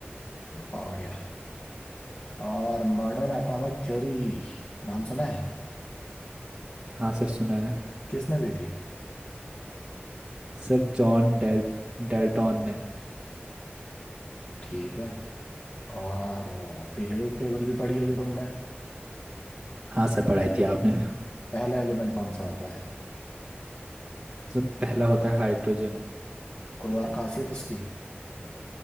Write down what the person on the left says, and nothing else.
बढ़िया और मॉडर्न एटॉमिक थ्योरी नाम सुना है
किसने दी थी
ठीक है और पीरियोडिक टेबल भी पढ़ी होगी तुमने
पहला एलिमेंट कौन सा होता है
कोई और खासियत इसकी